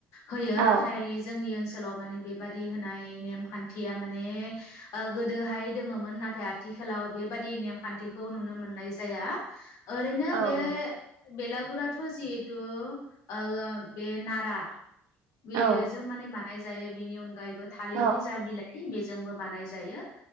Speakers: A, on the left; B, on the right.
A: होयो
B: औ
A: नाथाय जोंनि ओनसो लाव माने बेबादि होनाय नेम खान्थिया माने गोदोहाय दोङोमोन ना थाय आथिखालाव बेबादि नेमखान्थिखौ नुनो मोननाय जाया ओरैनो
B: औ
A: बे
B: नं
A: बेलागुराथ जिहेथु ओ बे नारा बेजों
B: औ
A: माने बा नाय जायो बेनि अन गायैबो थालिरनि
B: औ
A: जा बिलाइ ओ बेजोंबो बानाय जायो